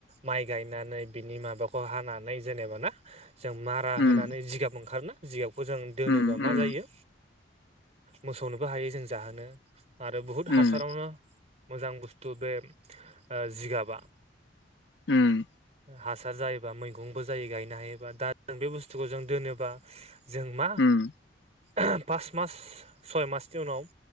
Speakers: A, on the right; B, on the left.
A: माइ गायनानै बिनि माबाख खौ हानानै जेनेबा ना जों मारा
B: उम
A: होनानै जिगाब ओंखारो ना जिगाबखौ जों दोनोबा
B: उम
A: मा
B: उम
A: जायो मोसौनोबो हायो जों जाहोनो आरो बुहुत
B: उम
A: हासारावनो मोजां बुस्थु बे ओ जिगाबा
B: उम
A: हासार जायोबा मैगंबो जायो गायनो हायोबा दा <inaudible> बे बुस्थुखौ जों दोनोबा जों मा
B: उम
A: ओहम पास मास सय मासनि उनाव